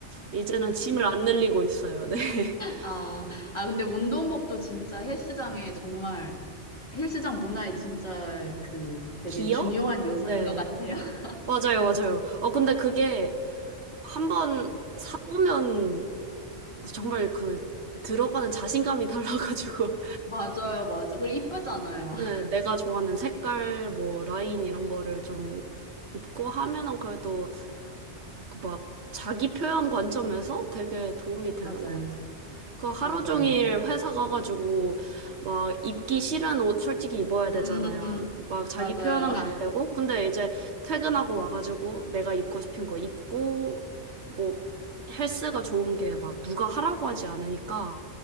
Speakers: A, on the right; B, on the left.
A: 이제는 짐을 안 늘리고 있어요. 네. <laughs>
B: 아, 아, 근데 운동복도 진짜 헬스장에 정말, 헬스장 문화에 진짜 그 되게
A: 기어?
B: 중요한 요소인
A: 네.
B: 것 같아요. <laughs>
A: 맞아요, 맞아요. 어, 근데 그게 한 번 사보면 정말 그 들어가는 자신감이 달라가지고.
B: 맞아요, 맞아. 그리고 이쁘잖아요.
A: <laughs> 네,
B: <laughs>
A: 내가 좋아하는 색깔, 뭐, 라인 이런 거를 좀 입고 하면은 그래도 그 막 자기 표현 관점에서 되게 도움이 되는
B: 맞아요,
A: 것 같아. 그 하루
B: 맞아요.
A: 종일 회사 가가지고 막 입기 싫은 옷 솔직히 입어야 되잖아요.
B: 음,
A: 막 자기
B: 맞아요.
A: 표현하면
B: <laughs>
A: 안 되고. 근데 이제 퇴근하고 와가지고 내가 입고 싶은 거 입고 뭐 헬스가 좋은 게 막 누가 하라고 하지 않으니까